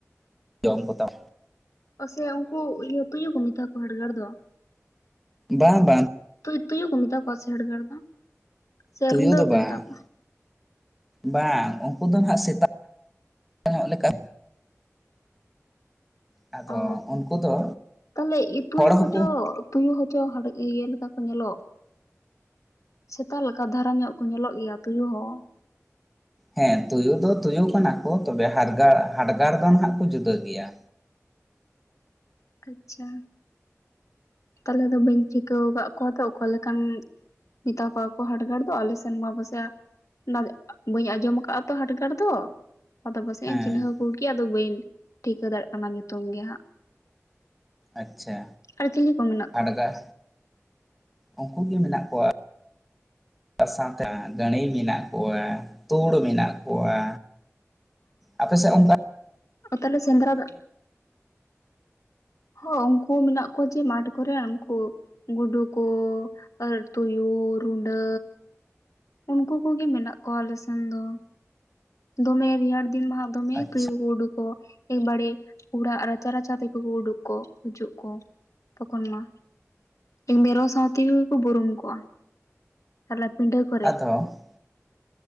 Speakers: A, in the centre; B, on the left.
A: ᱡᱚᱢ ᱠᱚᱛᱟᱢ
B: ᱚ ᱥᱮ ᱩᱝᱠᱩ ᱤᱭᱟᱹ ᱛᱩᱭᱩ ᱠᱚ ᱢᱮᱛᱟ ᱠᱚᱣᱟ ᱦᱟᱰᱜᱟᱨ ᱫᱚ?
A: ᱵᱟᱝ ᱵᱟᱝ
B: ᱛᱩᱭᱩ ᱛᱩᱭᱩ ᱠᱚ ᱢᱮᱛᱟ ᱠᱚᱣᱟ ᱥᱮ ᱦᱟᱰᱜᱟᱨ ᱫᱚ? ᱥᱮ
A: ᱛᱩᱭᱩ
B: ᱨᱩᱰᱟᱹ
A: ᱫᱚ
B: ᱠᱚ
A: ᱵᱟᱝ᱾
B: ᱢᱮᱛᱟ ᱠᱚᱣᱟ
A: ᱵᱟᱝ ᱩᱝᱠᱩ ᱫᱚ ᱱᱟᱦᱟᱜ ᱥᱮᱛᱟᱜ ᱧᱚᱜ ᱞᱮᱠᱟ ᱟᱫᱚ
B: ᱚ
A: ᱩᱱᱠᱩ ᱫᱚ
B: ᱛᱟᱦᱞᱮ ᱛᱩᱭᱩ
A: ᱦᱚᱲ ᱦᱚᱸᱠᱚ
B: ᱦᱚᱪᱚ ᱛᱩᱭᱩ ᱦᱚᱪᱚ ᱦᱟᱰ ᱤᱭᱟᱹ ᱞᱮᱠᱟ ᱠᱚ ᱧᱮᱞᱚᱜ᱾ ᱥᱮᱛᱟᱜ ᱞᱮᱠᱟ ᱫᱷᱟᱨᱟ ᱧᱚᱜ ᱠᱚ ᱧᱮᱞᱚᱜ ᱜᱮᱭᱟ ᱛᱩᱭᱩ ᱦᱚᱸ᱾
A: ᱦᱮᱸ ᱛᱩᱭᱩ ᱫᱚ ᱛᱩᱭᱩ ᱠᱟᱱᱟ ᱠᱚ ᱛᱚᱵᱮ ᱦᱟᱰᱜᱟ ᱦᱟᱰᱜᱟᱨ ᱫᱚ ᱱᱟᱦᱟᱜ ᱠᱚ ᱡᱩᱫᱟᱹ ᱜᱮᱭᱟ᱾
B: ᱟᱪᱪᱷᱟ ᱛᱟᱦᱞᱮ ᱫᱚ ᱵᱟᱹᱧ ᱪᱤᱠᱟᱹᱣ ᱠᱟᱜ ᱠᱚᱣᱟ ᱛᱚ ᱚᱠᱟ ᱞᱮᱠᱟᱱ ᱢᱮᱛᱟ ᱠᱚᱣᱟ ᱠᱚ ᱦᱟᱰᱜᱟᱨ ᱫᱚ ᱟᱞᱮ ᱥᱮᱱ ᱢᱟ ᱯᱟᱥᱮ ᱚᱱᱟ ᱫᱚ ᱵᱟᱹᱧ ᱟᱸᱡᱚᱢ ᱟᱠᱟᱫ-ᱟ ᱛᱚ ᱦᱟᱴᱜᱟᱨ ᱫᱚ ᱟᱫᱚ ᱯᱟᱥᱮᱡ
A: ᱦᱮᱸ
B: ᱤᱧ ᱪᱤᱱᱦᱟᱹᱣ ᱠᱚᱜᱮ ᱠᱮᱭᱟ ᱟᱫᱚ ᱵᱟᱹᱧ ᱴᱷᱤᱠᱟᱹ ᱫᱟᱲᱮᱭᱟᱜ ᱠᱟᱱᱟ ᱧᱩᱛᱩᱢ ᱜᱮ ᱦᱟᱸᱜ
A: ᱟᱪᱪᱷᱟ
B: ᱟᱨ ᱪᱤᱞᱤ ᱠᱚ ᱢᱮᱱᱟᱜ
A: ᱦᱟᱰᱜᱟᱨ
B: ᱠᱚᱣᱟ
A: ᱩᱱᱠᱩ ᱜᱮ ᱢᱮᱱᱟᱜ ᱠᱚᱣᱟ ᱥᱟᱶᱛᱮ ᱜᱟᱹᱬᱤᱸ ᱢᱮᱱᱟᱜ ᱠᱚᱣᱟ ᱛᱩᱲ ᱢᱮᱱᱟᱜ ᱠᱚᱣᱟ ᱟᱯᱮ ᱥᱮᱫ ᱚᱱᱠᱟ
B: ᱚ ᱛᱦᱚᱞᱮ ᱥᱮᱫᱨᱟ ᱫᱚ ᱦᱚᱸ ᱩᱱᱠᱩ ᱢᱮᱱᱟᱜ ᱠᱚᱣᱟ ᱡᱮ ᱢᱟᱴᱷ ᱠᱚᱨᱮ ᱩᱱᱠᱩ ᱜᱩᱰᱩ ᱠᱚ ᱟᱨ ᱛᱩᱭᱩ ᱨᱩᱸᱰᱟᱹ ᱩᱱᱠᱩ ᱠᱚᱜᱮ ᱢᱮᱱᱟᱜ ᱠᱚᱣᱟ ᱟᱞ ᱥᱮᱱ ᱫᱚ ᱫᱚᱢᱮ ᱨᱮᱭᱟᱲ ᱫᱤᱱ ᱢᱟ ᱦᱟᱸᱜ ᱫᱚᱢᱮ
A: ᱟᱪᱪᱷᱟ
B: ᱛᱩᱭᱩ ᱩᱰᱩᱠ ᱮᱠᱵᱟᱨᱮ ᱚᱲᱟᱜ ᱨᱟᱪᱟ ᱨᱟᱪᱟ ᱛᱮᱜᱮ ᱠᱚ ᱩᱰᱩᱠ ᱠᱚ ᱦᱤᱡᱩᱜ ᱠᱚ ᱛᱚᱠᱷᱚᱱ ᱢᱟ ᱤᱧ ᱢᱮᱨᱚᱢ ᱥᱟᱶ ᱛᱮᱜᱮ ᱠᱚ ᱵᱩᱨᱩᱢ ᱠᱚᱜᱼᱟ ᱟᱞᱮ ᱯᱤᱸᱰᱟᱹ ᱠᱚᱨᱮ
A: ᱟᱫᱚ